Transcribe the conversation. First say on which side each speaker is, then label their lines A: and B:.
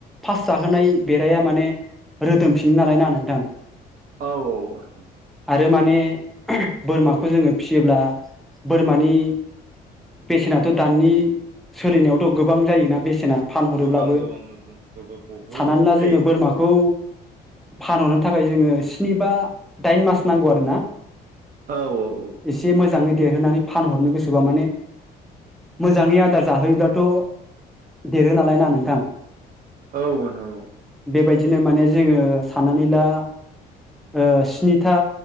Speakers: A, in the centre; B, on the right.
A: फास जाहोनाय बेराया माने रोदोमफिनो नालाय ना नोंथां।
B: औ औ आ
A: आरो माने बोरमाखौ जोङो फियोब्ला बोरमानि बेसेनाथ' दानि सोलिनायावथ' गोबां जायोना बेसेना। फानहरोब्लाबो
B: गोबां गोबां <unintelligible> बहुद
A: साननानै ला
B: जायो।
A: जोङो बोरमाखौ फानहरनो थाखाय जोङो स्नि बा दाइन मास नांगौ आरोना।
B: औ औ औ।
A: एसे मोजाङै देरहोनानै फानहरनो गोसोबा माने मोजाङै आदार जाहोयोब्लाथ' देरो नालाय ना नोंथां।
B: औ <unintelligible> औ
A: बेबायदिनो माने जोङो साननानै ला ओ स्निथा